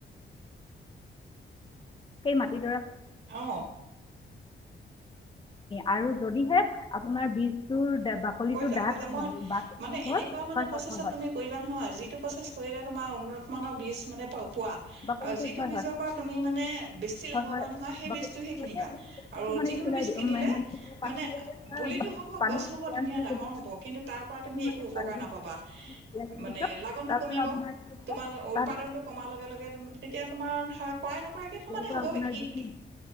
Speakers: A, on the left; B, on the right.
A: সেই মাটিডৰা
B: অ',
A: আৰু যদিহে আপোনাৰ বীজটোৰ বাকলিটো
B: কৈ যোৱা
A: ডাঠ
B: কৈ যোৱা
A: হয়
B: মই
A: হয়
B: মানে এনেকুৱা মানে প্ৰচেছত
A: হয় হয় হয়
B: তুমি কৰিবা নহয়, যিটো প্ৰচেছ কৰিলে তোমাৰ উন্নত মানৰ বীজ মানে পোৱা
A: বাকলিটো
B: আৰু যিটো
A: হয়
B: বীজৰ
A: হয়
B: পৰা তুমি মানে বেছি
A: হয়
B: লাভৱান
A: হয়
B: হোৱা সেই
A: বাকলিটো
B: বীজটোহে কিনিবা আৰু
A: মানে
B: যিকোনো
A: কি চিলাই
B: বীজ
A: দিওঁ
B: কিনিলে
A: মানে পানীত
B: মানে
A: তিয়াই
B: পুলিতো হ'ব
A: পানীত
B: গছ
A: তিয়াই
B: হ'ব। ধুনীয়া ডাঙৰ হ'ব কিন্তু তাৰ পৰা তুমি
A: মানে
B: একো উপকাৰ
A: বাৰ ঘণ্টা
B: নাপাবা,
A: তিয়াই দিয়াৰ
B: মানে
A: পিছত
B: লাগনটো
A: তাৰপিছত
B: কমিব
A: আপোনাৰ
B: তোমাৰ উৎপাদনটো
A: তাত
B: কমাৰ লগে লগে তেতিয়া তোমাৰ কৰাই নকৰাককে সমানে
A: পৰা
B: হ'ব
A: আপোনাৰ
B: কি,
A: যিটো
B: কি?